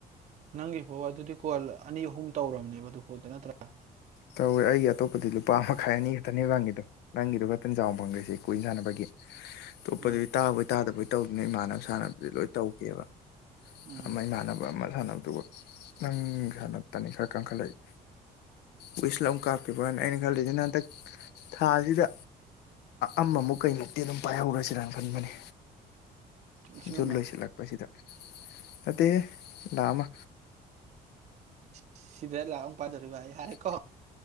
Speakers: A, on the right; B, on the left.
A: ꯅꯪ ꯄꯣ ꯑꯗꯨꯗꯤ ꯀꯣꯜ ꯑꯅꯤ ꯑꯍꯨꯝ ꯇꯧꯔꯕꯅꯦꯕ ꯑꯗꯨꯐꯥꯎꯗ ꯅꯠꯇ꯭ꯔꯥ
B: ꯇꯧꯋꯦ ꯑꯩꯒꯤ ꯑꯇꯣꯞꯄꯗꯤ ꯂꯨꯄꯥ ꯑꯃ ꯃꯈꯥꯏ ꯑꯅꯤ ꯈꯛꯇꯅꯦꯕꯪꯒꯤꯗꯣ ꯅꯪꯒꯤꯗꯨꯣ ꯇꯟ ꯆꯥꯎꯅ ꯐꯪꯈ꯭ꯔꯁꯦ ꯀꯨꯏꯅ ꯁꯥꯟꯅꯕꯒꯤ ꯑꯣꯞꯄꯗꯨꯗꯤ
A: ꯑꯥ
B: ꯇꯥꯕꯣꯏ ꯇꯥꯗꯕꯣꯏ ꯇꯧꯗꯅ ꯏꯃꯥꯟꯅꯕ ꯏꯁꯥꯟꯅ ꯑꯗꯨ ꯂꯣꯏ ꯇꯧꯒꯦꯕ
A: ꯑꯥ
B: ꯑꯃ ꯏꯃꯥꯟꯅꯕ ꯑꯃ ꯁꯥꯟꯅꯕꯗꯨꯒ ꯅꯪ ꯁꯥꯟꯅꯇꯅꯤ ꯈꯔ ꯀꯟꯈꯠꯂꯛꯏ ꯋꯏꯁ ꯑꯃ ꯀꯥꯞꯄꯤꯈꯤꯕꯅ ꯑꯩꯅ ꯈꯜꯗꯁꯤ ꯅ ꯍꯟꯗꯛ ꯊꯥꯁꯤꯗ ꯑꯃꯃꯨꯛ ꯀꯩꯃꯨꯛꯇꯤ ꯑꯗꯨꯝ ꯄꯥꯏꯍꯧꯔꯁꯤꯔꯅ ꯈꯟꯕꯅꯤ
A: ꯂꯤꯁꯤꯡ
B: ꯖꯨ
A: ꯑꯃ
B: ꯂꯣꯏꯁꯤꯜꯂꯛꯄꯁꯤꯗ ꯅꯇꯩ ꯂ ꯑꯃ
A: ꯁꯤꯗ ꯂꯥꯛꯑꯣ ꯄꯥꯖꯔꯤꯕ ꯑꯩ ꯍꯥꯏꯔ
B: ꯑ